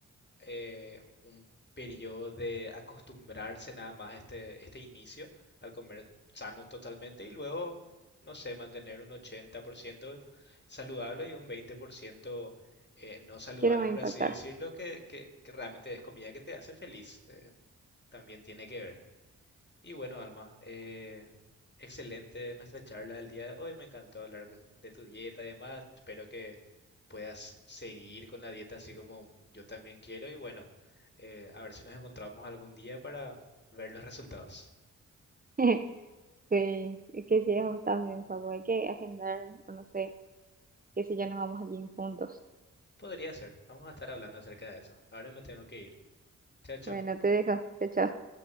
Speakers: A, on the left; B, on the right.
A: eh, un periodo de acostumbrarse nada más a este, este inicio al comer sano totalmente y luego, no sé, mantener un 80% saludable y un 20% eh, no saludable,
B: que no me va
A: por
B: a impactar.
A: así decirlo, que, que, que realmente es comida que te hace feliz. eh, también tiene que ver. Y bueno, Alma, eh, excelente nuestra charla del día de hoy. Me encantó hablar de tu dieta y demás. Espero que puedas seguir con la dieta así como yo también quiero. Y bueno, eh, a ver si nos encontramos algún día para ver los resultados.
B: <laughs> Sí, es que sí, a vos también, Facu, hay que agendar, o no sé, qué sé yo, nos vamos al gym juntos.
A: Podría ser. Vamos a estar hablando acerca de eso. Ahora me tengo que ir. Chao, chao.
B: Bueno, te dejo, chao, chao.